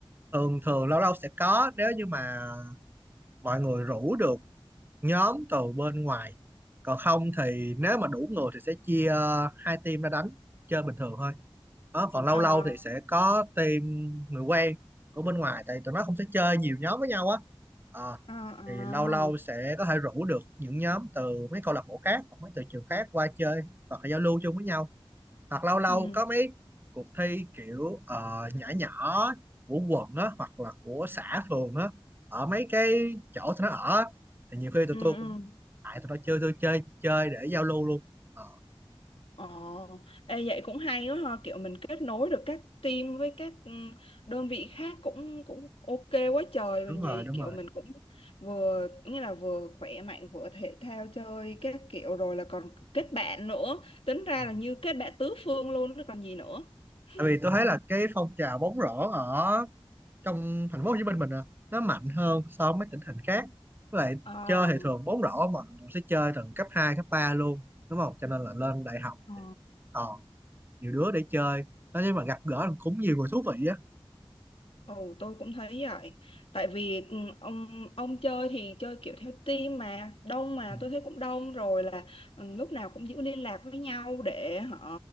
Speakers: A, on the right; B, on the left.
A: thường thường lâu lâu sẽ có nếu như mà mọi người rủ được nhóm từ bên ngoài còn không thì nếu mà đủ người thì sẽ chia ờ, hai team ra đánh chơi bình thường thôi đó còn lâu
B: Ờ,
A: lâu thì sẽ có team người quen của bên ngoài tại tụi nó không sẽ chơi nhiều nhóm với nhau á Ờ,
B: ờ, ờ.
A: thì lâu lâu sẽ có thể rủ được những nhóm từ mấy câu lạc bộ khác hoặc mấy từ trường khác qua chơi hoặc là giao lưu chung với nhau hoặc lâu lâu
B: Ừ,
A: có mấy cuộc thi kiểu ờ, nhỏ nhỏ của quận á hoặc là của xã phường á ở mấy cái chỗ tụi nó ở á, thì nhiều khi tụi
B: ừ,
A: tôi
B: ừ.
A: cũng tại tụi nó chơi tôi chơi chơi để giao lưu luôn Ờ,
B: Ồ, ê, vậy cũng hay quá ha, kiểu mình kết nối được các team với các ừm, đơn vị khác cũng cũng ok quá trời
A: đúng
B: còn
A: rồi
B: gì,
A: đúng
B: kiểu
A: rồi
B: mình cũng vừa như là vừa khỏe mạnh vừa thể thao chơi các kiểu rồi là còn kết bạn nữa, tính ra
A: Ừ.
B: là như kết bạn tứ phương luôn chứ còn gì nữa. <laughs>
A: tại vì tôi thấy là cái phong trào bóng rổ ở trong thành phố Hồ Chí Minh mình à, nó mạnh hơn so với mấy tỉnh thành khác với lại
B: Ờ,
A: chơi thì thường bóng rổ mà mình sẽ chơi từ cấp 2 cấp 3 luôn đúng không cho nên là lên đại học
B: ờ.
A: thì ờ nhiều đứa để chơi nói chung là gặp gỡ cũng nhiều người thú vị á
B: Ừ, tôi cũng thấy vậy. Tại vì ừ, ông ông chơi thì chơi kiểu theo team mà đông mà
A: ừ.
B: tôi thấy cũng đông rồi là ừ, lúc nào cũng giữ liên lạc với nhau để họ